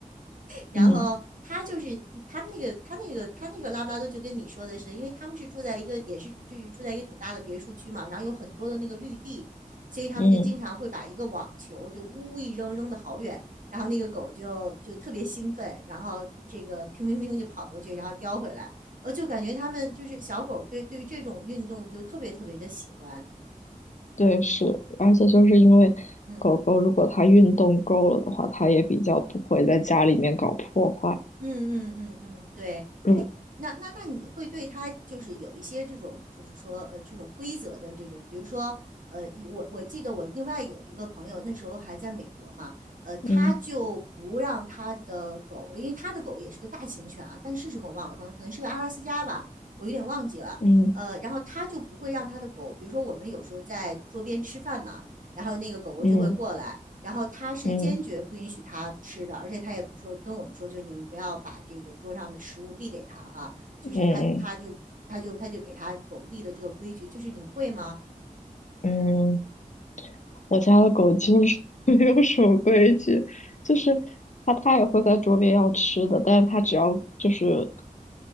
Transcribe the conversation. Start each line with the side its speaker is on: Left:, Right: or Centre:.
Right: 然后他就是他们那个他那个他那个拉布拉多就跟你说的是，
Left: 嗯
Right: 因为他们是住在一个也是就是住在一个挺大的别墅区嘛，然后有很多的那个绿地，所以他们就经常会把一个网球就呜呜一扔扔的好远，
Left: 嗯，
Right: 然后那个狗就就特别兴奋，然后这个乒乒乒就跑过去，然后叼回来，呃，就感觉他们就是小狗对对这种运动就特别特别的喜欢，
Left: 对是，而且就是因为狗狗如果它运动够了的话，
Right: 嗯。
Left: 它也比较不会在家里面搞破坏。
Right: 嗯嗯嗯嗯，对，
Left: 如
Right: 哎，那那那你会对他就是有一些这种，就是说呃这种规则的这种，比如说呃，一我我记得我另外有一个朋友那时候还在美国嘛，呃，他就不让他的狗，
Left: 嗯
Right: 因为他的狗也是个大型犬啊，但是什么我忘了，可能可能是个阿拉斯加吧，我有点忘记了，
Left: 嗯
Right: 呃，然后他就不会让他的狗，比如说我们有时候在桌边吃饭嘛，然后那个狗狗就会过来。
Left: 嗯
Right: 然后他是坚决不允许他吃的，
Left: 嗯
Right: 而且他也说跟我们说，就你们不要把这个桌上的食物递给他哈，就是他他就他就他就给他狗立了这个规矩，
Left: 嗯
Right: 就是你会吗？
Left: 嗯，嗯，我家的狗基本上 <laughs> 没有什么规矩，就是它它也会在桌边要吃的，但是它只要就是